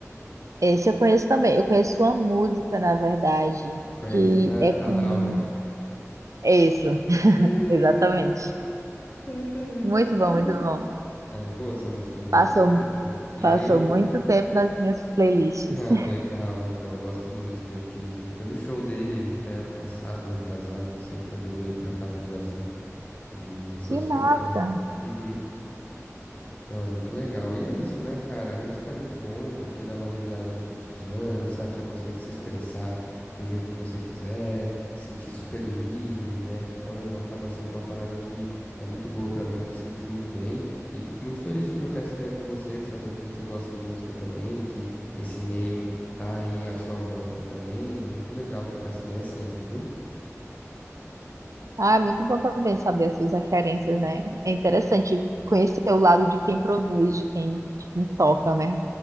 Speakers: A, on the right (about 75°); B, on the left (about 30°).
A: Esse eu conheço também. Eu conheço uma música, na verdade,
B: Conhece
A: que
B: Ta-
A: é
B: Tadal,
A: com.
B: né?
A: É isso,
B: Tadam!
A: exatamente.
B: Pá, pará,
A: Muito
B: pá, pará,
A: bom, muito bom.
B: pá. Ah, é boa essa música mesmo.
A: Passou,
B: Mas então, e
A: passou
B: aí eu.
A: muito tempo nas minhas playlists.
B: <laughs> Ah,
A: <laughs>
B: legal, então, eu gosto muito de FKJ. Foi no show dele até ano passado, retrasado, não sei, quando ele veio pra cá, pro Brasil. E sou
A: Que
B: super
A: massa!
B: fã. Uhum. Não, é muito legal. E é isso, né, cara? A música é muito bom porque dá uma aliviada no cotidiano, sabe? Você consegue se expressar do jeito que você quiser, se sentir super livre, né? Então acaba sendo uma parada que é muito boa pra mim, eu me sinto muito bem e fico muito feliz de trocar essa ideia com você, de saber que você gosta de música também, que esse meio tá aí à sua volta também. É muito legal trocar essa ideia sempre, viu?
A: Ah, é muito bom também saber as suas referências, né? É interessante conhecer o lado de quem produz, de quem, de quem toca, né?